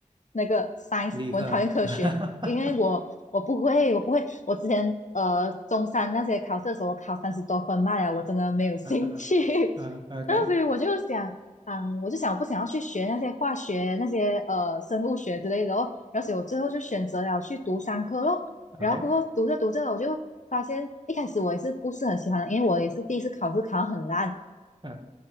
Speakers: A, on the left (about 65°); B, on the right (about 35°).
A: 那个 science，
B: 理科。
A: 我很讨厌科学，
B: <laughs>
A: 因为我我不会，我不会，我之前呃中山那些考试的时候，我考三十多分嘛呀，我真的没有 <laughs> 兴趣。
B: 嗯嗯嗯嗯，OK
A: <laughs> 然后所以我就想，嗯，我就想我不想要去学那些化学、那些呃生物学之类的哦。然后所以我最后就选择了去读商科咯。然后过后读着读着，
B: OK，
A: 我就发现一开始我也是不是很喜欢的，因为我也是第一次考试考得很烂。
B: 嗯，